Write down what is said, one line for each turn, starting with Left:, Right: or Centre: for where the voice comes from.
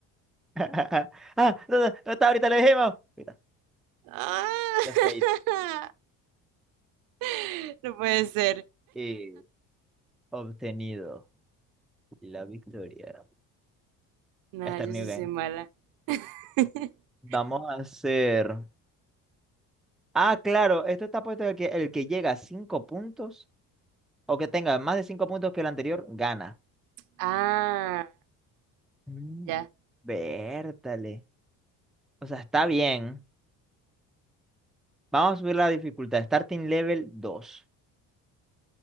Centre: <laughs> Ah, no, no, no está, ahorita lo dijimos. Mira,
Right: Ah,
Centre: The Fate.
Right: <laughs> no puede ser.
Centre: Y obtenido la victoria.
Right: Nada,
Centre: Esta
Right: yo
Centre: New
Right: sí
Centre: Game.
Right: soy mala. <laughs>
Centre: Vamos a hacer. Ah, claro, esto está puesto de que el que llega a 5 puntos o que tenga más de 5 puntos que el anterior gana.
Right: Ah,
Centre: Mm,
Right: ya.
Centre: Vértale. O sea, está bien. Vamos a subir la dificultad. Starting level 2